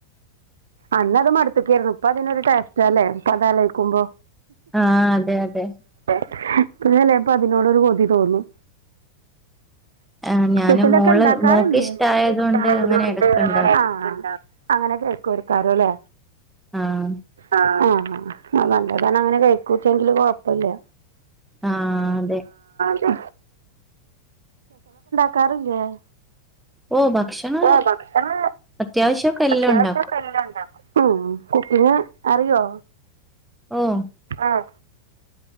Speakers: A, on the right; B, in the centre.
A: അന്നത് മടുത്ത്ക്കേരുന്നു ഇപ്പതിനൊരു ടേസ്റ്റാലേ ഇപ്പ അതാലോയ്ക്കുമ്പോ
B: ആഹ് അതെ അതെ
A: <unintelligible> പ്പൊ അതിനോടൊരു കൊതി തോന്നും.
B: ആഹ് ഞാന്
A: സ്പെഷ്യലൊക്കെ
B: മോള്
A: ണ്ടാക്കാറ്ല്ല്യേ
B: മോക്ക് ഇഷ്ടായത്
A: മോൾക്കിഷ്ടായതുകൊണ്ട്
B: കൊണ്ട് അങ്ങനെ ഇടക്ക്
A: അങ്ങനൊക്കെണ്ടാ
B: ഇണ്ടാക്കും
A: അങ്ങനോക്കെയ് കൊടുക്കാരൊലേ
B: ആഹ്
A: ആഹ് ആ ആഹ് ന നല്ലതാണങ്ങനെ കയ്ക്കൂച്ചെങ്കില് കൊഴ്പ്പല്ല്യ
B: ആഹ് അതെ
A: അഹ് സ്പെഷ്യലൊക്കെണ്ടാക്കാറില്ലേ?
B: ഓ ഭക്ഷണം
A: ഓ ഭക്ഷണം
B: അത്യാവശ്യൊക്കെ എല്ലാം
A: അത്യാവശ്യക്കെയെല്ലാണ്ടാക്കും.
B: ഉണ്ടാക്കും
A: ഉം കുക്കിംങ് അറിയോ
B: ഉം.
A: അഹ്